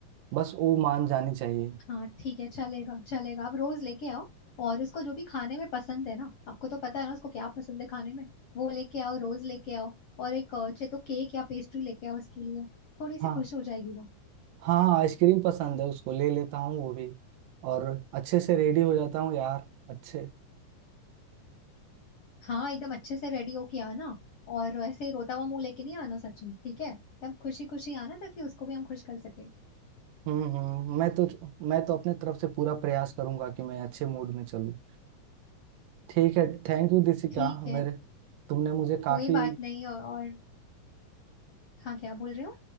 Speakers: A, on the right; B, on the left.
A: बस वो मान जानी चाहिए
B: हाँ ठीक है चलेगा चलेगा आप रोज लेके आओ और उसको जो भी खाने में पसंद है ना आपको तो पता है ना उसको क्या पसंद है खाने में वो लेके आओ रोज लेके आओ और एक अ, चाहे तो केक या पेस्ट्री लेके आओ उसके लिए थोड़ी सी
A: हाँ
B: खुश हो जाएगी वो
A: हाँ आइसक्रीम पसंद है उसको ले लेता हूँ वो भी और अच्छे से रेडी हो जाता हूँ यार अच्छे
B: हाँ एकदम अच्छे से रेडी होके आना और ऐसे ही रोता हुआ मुंह लेके नहीं आना सचिन ठीक है एकदम खुशी खुशी आना ताकि उसको भी हम खुश कर सके
A: हम्म हम्म मैं तो मैं तो अपने तरफ से पूरा प्रयास करूंगा कि मैं अच्छे मूड में चलूँ ठीक है थैंक यू दिसिका
B: ठीक है
A: मेरे तुमने मुझे
B: कोई
A: काफी
B: बात नहीं और, और हाँ क्या बोल रहे हो